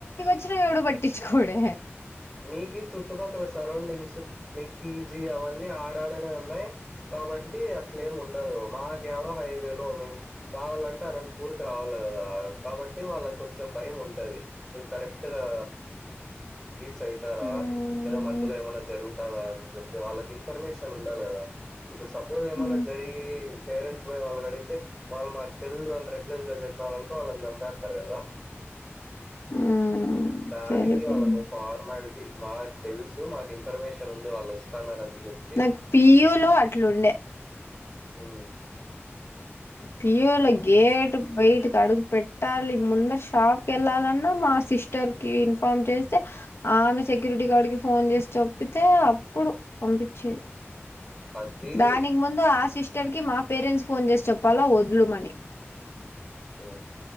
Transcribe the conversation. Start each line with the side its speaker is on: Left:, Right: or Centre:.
Left: చ్చిన ఎవడు పట్టించుకోడు
Centre: మీకీ చుట్టుపక్కల సరౌండింగ్స్ మీకు పీజీ అవన్నీ ఆడాడనే ఉన్నాయి కాబట్టి అట్లేమి ఉండదు మాకి ఆడ హైవేలో మేం రావాలంటే అనంతపూర్ కి రావాల కదా కాబట్టి వాళ్ళకి కొంచెం భయం ఉంటది. ఇల్ కరెక్ట్ గా తయితారా
Left: ఉమ్
Centre: లేదా మధ్యలో ఏమైన్నా జరుగుతాదా అని చెప్పి వాళ్ళకి ఇన్ఫర్మేషన్ ఉండాల కదా. ఇప్పుడు సపోజ్ ఏమన్నా
Left: ఉమ్
Centre: జరిగి పేరెంట్స్ పోయి వాళ్ళనీ అడిగితే వాళ్ళు మాకు తెలుదు అని రెక్లెస్ గా చెప్పినళ్నుకో వాళ్ళని చంపేస్తారు కదా.
Left: ఉమ్,
Centre: దానికి
Left: సరిపోయింది
Centre: వాళకు ఫార్మాలిటీ మాకు తెలుసు, మాకు ఇన్ఫర్మేషన్ ఉంది వాళ్ళు వస్. స్తన్నారని అని చెప్పి
Left: నాకు పియులో అట్లుండే
Centre: హు
Left: పియూల గేట్ బయటకి అడుగు పెట్టాలి ముంద షాప్ కి వెళ్ళాలన్నా మా సిస్టర్ కి ఇన్ఫార్మ్ చేస్తే ఆమె సెక్యూరిటీ గార్డ్ కి ఫోన్ చేసి చెప్పితే అప్పుడు పంపించే.
Centre: అది
Left: దానికి ముందు ఆ సిస్టర్ కి మా పేరెంట్స్ ఫోన్ చేసి చెప్పాల వద్లుమని.
Centre: హా